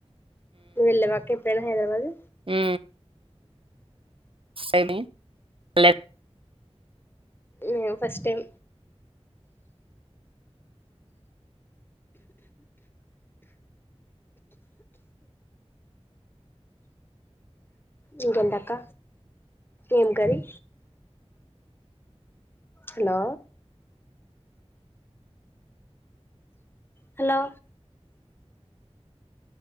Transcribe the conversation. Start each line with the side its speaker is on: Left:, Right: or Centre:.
Left: నువ్వెళ్ళావ్ అక్క ఎప్పుడైనా హైదరాబాదు
Right: ఆ స్టడీ లెట్
Left: నేన్ ఫస్ట్ టైం
Right: అంది
Left: ఇంకేంటి అక్క ఏం కర్రీ హలో హలో